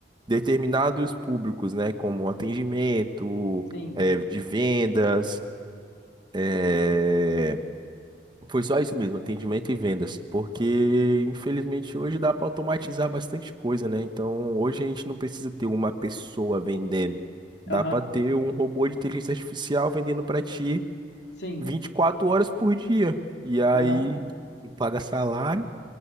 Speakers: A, on the right; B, on the left.
A: determinados públicos, né? Como atendimento,
B: sim.
A: eh, de vendas. eh, Foi só isso mesmo, atendimento e vendas. Porque, infelizmente, hoje dá para automatizar bastante coisa, né? Então, hoje a gente não precisa ter uma pessoa vendendo. Dá
B: Aham,
A: para ter um robô de inteligência artificial vendendo para ti
B: sim.
A: 24 horas por dia. E aí
B: Aham.
A: não paga salário,